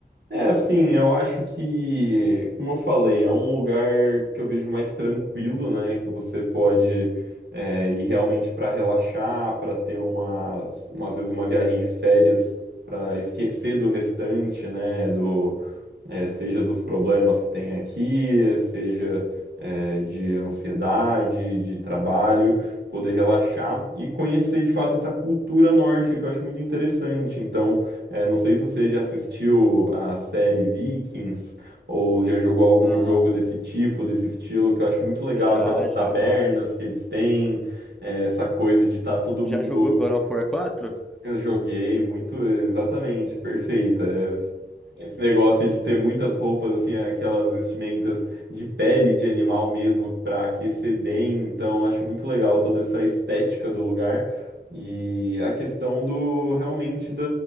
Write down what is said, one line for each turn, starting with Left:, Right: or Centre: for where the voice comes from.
Right: É assim, eu acho que, como eu falei, é um lugar que eu vejo mais tranquilo, né? Que você pode é, ir realmente para relaxar, para ter umas, umas vezes uma viagem de férias, para esquecer do restante, né? eh, seja dos problemas que tem aqui, seja eh, de ansiedade, de trabalho, poder relaxar e conhecer de fato essa cultura nórdica que eu acho muito interessante. Então, eh, não sei se você já assistiu a série Vikings ou já jogou algum
Centre: Ah,
Right: jogo desse tipo, desse estilo, que eu acho muito legal,
Centre: já,
Right: aquelas
Centre: já
Right: tabernas
Centre: vários.
Right: que eles têm, eh, essa coisa de estar todo
Centre: Já
Right: mundo
Centre: jogou God of War 4?
Right: eu joguei muito, exatamente, perfeita. É, Esse negócio de ter muitas roupas, assim, aquelas vestimentas de pele de animal mesmo, pra aquecer bem. Então, acho muito legal toda essa estética do lugar e a questão do realmente da,